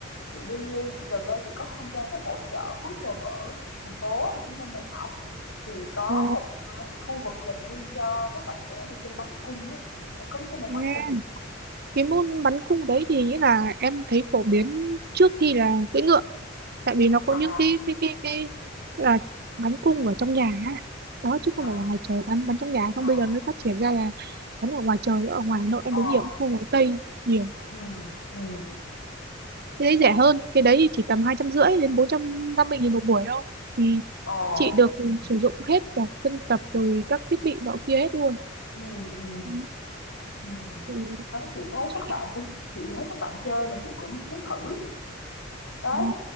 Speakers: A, on the left (about 70°); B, on the right (about 55°).
A: chị đi chị gần đây chị có tham gia cái hội chợ cuối tuần ở thành phố Hồ Chí Minh này Thảo thì có
B: Ờ,
A: một cái khu vực dành riêng cho các bạn trẻ mà chơi bắn cung ấy em có biết cái môn
B: thế
A: bắn cung không?
B: cái môn bắn cung đấy thì nghĩa là em thấy phổ biến trước khi là cưỡi ngựa tại vì nó có
A: à
B: những cái cái cái cái là bắn cung ở trong nhà á. đó chứ
A: à
B: không phải là ngoài trời bắn bắn trong nhà
A: ờ
B: không bây giờ mới phát triển ra là bắn ở ngoài trời ở ngoài Hà Nội em
A: ờ
B: đến nhiều khu phố Tây nhiều
A: ừ ừ
B: cái đấy rẻ hơn cái đấy thì chỉ tầm hai trăm rưỡi đến bốn trăm năm mươi nghìn một buổi thôi thì
A: ờ
B: chị được
A: ừ
B: sử dụng hết cả sân tập rồi các thiết bị nọ kia hết luôn
A: Ừ, ừ,
B: Ừ.
A: ừ.
B: Ừ.
A: Đấy, chị thấy
B: chị
A: các bạn cũng chị thấy các bạn chơi mà chị cũng muốn thử đấy
B: à,